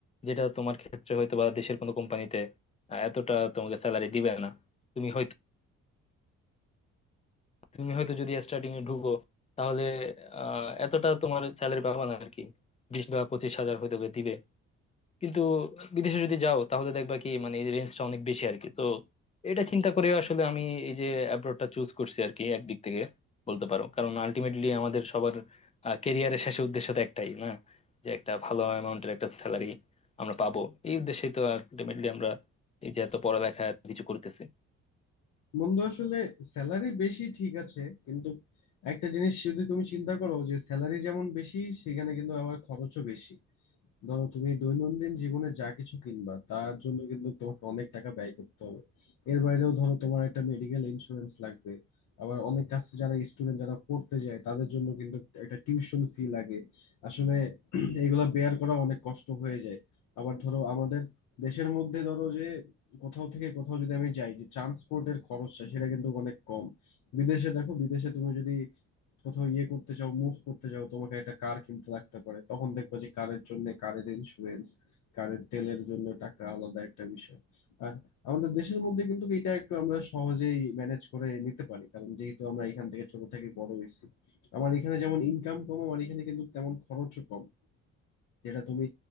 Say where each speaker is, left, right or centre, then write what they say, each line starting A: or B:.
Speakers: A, on the left (about 20°); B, on the left (about 75°).
A: যেটা তোমার ক্ষেত্রে হয়তো বা দেশের কোনো কোম্পানিতে এতটা তোমাকে স্যালারি দিবে না তুমি হয়তো তুমি হয়তো যদি স্টার্টিং এ ঢুকো তাহলে আহ এতটা তোমার স্যালারি পাবা না আর কি বিশ বা পঁচিশ হাজার হয়তো বা দিবে কিন্তু বিদেশে যদি যাও তাহলে দেখবা কি মানে এই রেঞ্জটা অনেক বেশি আর কি তো এটা চিন্তা করে আসলে আমি এই যে অ্যাব্রোডটা চুজ করছি আর কি একদিক থেকে বলতে পারো কারণ আলটিমেটলি আমাদের সবার ক্যারিয়ারের শেষে উদ্দেশ্য তো একটাই না যে একটা ভালো অ্যামাউন্টের একটা স্যালারি আমরা পাবো এই উদ্দেশ্যেই তো আলটিমেটলি আমরা এই যে এত পড়ালেখা এত কিছু করতেছি
B: বন্ধু আসলে স্যালারি বেশি ঠিক আছে কিন্তু একটা জিনিস যদি তুমি চিন্তা করো যে স্যালারি যেমন বেশি সেখানে কিন্তু আবার খরচও বেশি ধরো তুমি দৈনন্দিন জীবনে যা কিছু কিনবা তার জন্য কিন্তু তোমাকে অনেক টাকা ব্যয় করতে হবে এর বাইরেও ধরো তোমার একটা মেডিকেল ইন্স্যুরেন্স লাগবে আবার অনেক কাছে যারা স্টুডেন্ট যারা পড়তে যায় তাদের জন্য কিন্তু একটা টিউশন ফি লাগে আসলে <clears throat> এগুলা বেয়ার করা অনেক কষ্ট হয়ে যায় আবার ধরো আমাদের দেশের মধ্যে ধরো যে কোথাও থেকে কোথাও যদি আমি যাই যে ট্রান্সপোর্টের খরচটা সেটা কিন্তু অনেক কম বিদেশে দেখো বিদেশে তুমি যদি কোথাও ইয়ে করতে চাও মুভ করতে চাও তোমাকে একটা কার কিনতে লাগতে পারে তখন দেখবা যে কারের জন্য কারের ইন্স্যুরেন্স কারের তেলের জন্য টাকা আলাদা একটা বিষয় আর আমাদের দেশের মধ্যে কিন্তু এটা একটু আমরা সহজেই ম্যানেজ করে নিতে পারি কারণ যেহেতু আমরা এখান থেকে ছোট থেকে বড় হয়েছি আমার এখানে যেমন ইনকাম কম আমার এখানে কিন্তু তেমন খরচও কম যেটা তুমি